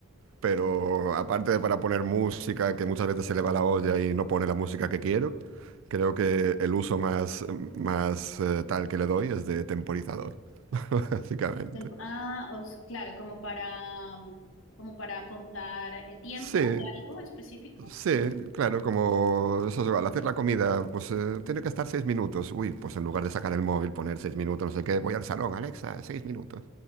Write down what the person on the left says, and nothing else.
Tempo- Ah, os- claro, como para, mm, como para contar eh, tiempo
de algo específico.